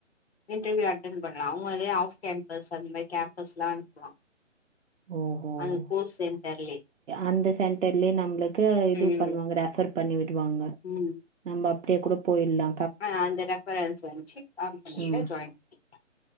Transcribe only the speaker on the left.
இன்டர்வியூ அட்டென் பண்ணலா அவுங்களே ஆஃப் கேம்பஸ் அந்த மாரி கேம்பஸ்லா அனுப்புவாங்க
அந்த கோஸ் சென்டர்லே
ம்
ம்
ஆ அந்த ரெஃபரன்ஸ் வந்துச்சு காபி பண்ணிட்டு
ஜாயின் பண்ணிக்லா